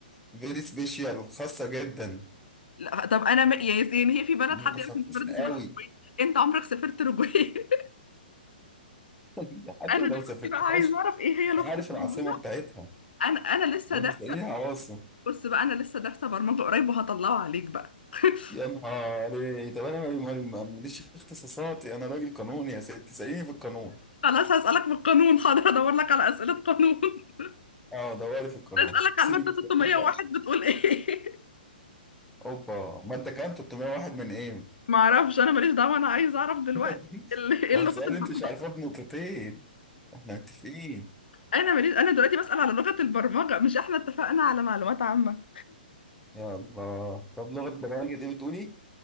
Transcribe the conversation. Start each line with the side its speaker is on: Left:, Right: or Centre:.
Centre: فيري سبيشال خاصة جدا
Left: لا طب أنا م... يعني يعني هي في بلد
Centre: متخصصة
Left: حد يعرف إن في بلد اسمها
Centre: قوي
Left: أوروجواي أنت عمرك سافرت أوروجواي
Centre: <laughs> حتى
Left: <laughs> أنا دلوقتي
Centre: لو سافرتهاش
Left: بقى عايز أعرف إيه هي لغة
Centre: عارف
Left: البرمجة
Centre: العاصمة بتاعتها
Left: أنا أنا لسه
Centre: انت
Left: ده
Centre: ليها عواصم
Left: بص بقى انا لسه دارسه برمجه قريب وهطلعه عليك بقى <laughs>
Centre: يا نهار إيه. طب انا ما ما- ماليش اختصاصاتي انا راجل قانوني يا سيدي تساليني في القانون
Left: خلاص هسألك في القانون حاضر ادور لك على اسئله قانون <laughs>
Centre: اه دوري في القانون
Left: اسألك على
Centre: سيبك
Left: الماده
Centre: من السؤال
Left: 601
Centre: ده بقى
Left: بتقول ايه
Centre: اوبا ما انت كام 301 من ايه
Left: <laughs> معرفش انا ماليش دعوه انا عايز اعرف دلوقتي
Centre: <laughs>
Left: ال- ايه
Centre: ما
Left: لغه
Centre: هو السؤال
Left: البرمجه
Centre: انت مش عارفاه بنقطتين احنا متفقين
Left: انا ماليش انا دلوقتي بسأل على لغه البرمجه مش احنا اتفقنا على معلومات عامه
Centre: يا الله طب لغه برامج ايه بتقولي